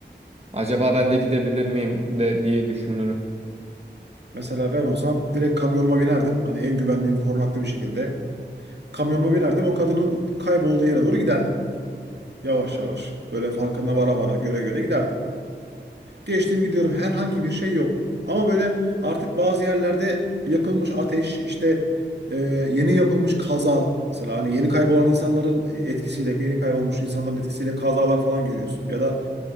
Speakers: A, on the right; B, on the right.
A: Acaba ben de gidebilir miyim de diye düşünürüm.
B: Mesela ben olsam direkt kamyonuma binerdim. Hani en güvenliğim korunaklı bir şekilde. Kamyonuma binerdim o kadının kaybolduğu yere doğru giderdim. Yavaş yavaş böyle farkına vara vara göre göre giderdim. Geçtim gidiyorum. Herhangi bir şey yok. Ama böyle artık bazı yerlerde yakılmış ateş, işte e, yeni yapılmış kaza. Mesela hani yeni kaybolan insanların etkisiyle, yeni kaybolmuş insanların etkisiyle kazalar falan görüyorsun. Ya da